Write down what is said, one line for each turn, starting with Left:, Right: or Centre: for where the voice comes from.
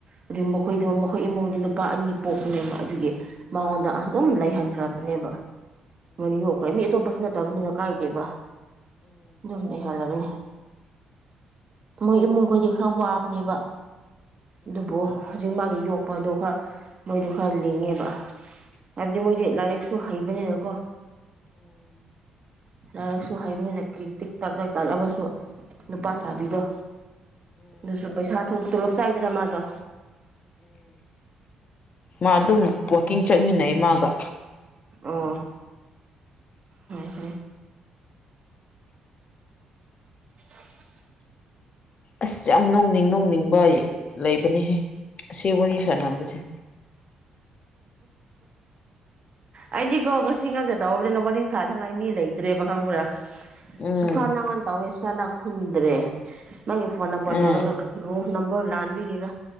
Right: ꯑꯗꯨꯒꯤ ꯃꯈꯣꯏꯗꯣ ꯃꯈꯣꯏ ꯏꯃꯨꯡꯗꯤ ꯂꯨꯄꯥ ꯑꯅꯤ ꯄꯣꯛꯄꯅꯦꯕ ꯑꯗꯨꯒꯤ ꯃꯉꯣꯟꯗ ꯑꯗꯨꯝ ꯂꯩꯍꯟꯈ꯭ꯔꯕꯅꯦꯕ ꯃꯣꯏꯅ ꯌꯣꯛꯈ꯭ꯔꯕ ꯃꯤ ꯑꯇꯣꯞꯄꯁꯨ ꯅꯠꯇꯕꯅꯤꯅ ꯀꯥꯏꯗꯦꯕ ꯑꯗꯨꯝ ꯂꯩꯍꯜꯂꯕꯅꯤ ꯃꯣꯏ ꯏꯃꯨꯡꯈꯣꯏꯗꯤ ꯈꯔ ꯋꯥꯕꯅꯦꯕ ꯑꯗꯨꯕꯨ ꯍꯧꯖꯤꯛ ꯃꯥꯒꯤ ꯌꯣꯛꯄꯗꯣ ꯈꯔ ꯃꯣꯏꯗꯣ ꯈꯔ ꯂꯤꯡꯉꯦꯕ ꯍꯥꯏꯕꯗꯤ ꯃꯣꯏꯗꯤ ꯂꯥꯏꯔꯤꯛꯁꯨ ꯍꯩꯕꯅꯤꯅꯀꯣ ꯂꯥꯏꯔꯤꯛꯁꯨ ꯍꯩꯕꯅꯤꯅꯤ ꯇꯤꯛ ꯇꯥꯛ ꯇꯛ ꯇꯥꯛꯂꯛꯑꯃꯁꯨ ꯅꯨꯄꯥ ꯁꯥꯕꯤꯗꯣ ꯑꯗꯨꯁꯨ ꯄꯩꯁꯥ ꯇꯣꯂꯞ ꯆꯥꯏꯗꯅ ꯃꯥꯗꯣ
Left: ꯃꯥ ꯑꯗꯨꯝ ꯋꯥꯋꯥꯛꯀꯤꯡ ꯆꯠꯃꯤꯟꯅꯩ ꯃꯥꯒ
Right: ꯑꯣ ꯍ ꯍ ꯑ
Left: ꯑꯁ ꯌꯥꯝ ꯅꯣꯡꯅꯤꯡ ꯅꯣꯡꯅꯤꯡꯕ ꯂꯩꯕꯅꯤꯍꯦ ꯁꯤꯕꯅꯤꯁ ꯅꯝ ꯀꯁꯦ
Right: ꯑꯩꯗꯤꯀꯣ ꯉꯁꯤ ꯉꯥꯛꯀ ꯇꯧꯔꯕꯅꯤꯅ ꯋꯥꯔꯤ ꯁꯥꯅꯅꯉꯥꯏ ꯃꯤ ꯂꯩꯇ꯭ꯔꯦꯕ ꯈꯪꯕ꯭ꯔꯥ
Left: ꯎꯝ
Right: ꯁꯨꯁꯥꯟꯪ ꯇꯋꯦꯁꯥꯟꯅ ꯈꯨꯨꯝꯗ꯭ꯔꯦ ꯃꯥꯒꯤ ꯐꯣꯟ ꯅꯝꯕꯔ
Left: ꯎꯝ
Right: ꯇꯧꯔꯒ ꯀꯔꯤ ꯅꯣ ꯣ ꯂꯥꯟꯕꯤꯒꯦꯔꯥ